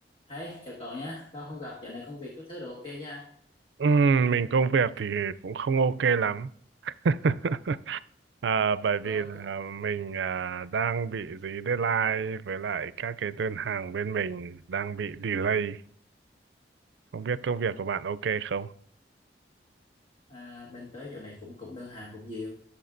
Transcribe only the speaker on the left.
Hey, chào cậu nhé, lâu không gặp, dạo này công việc các thứ đều ok nha.
Có,
có
ừ.
à, bên tới dạo này cũng cũng đơn hàng cũng nhiều.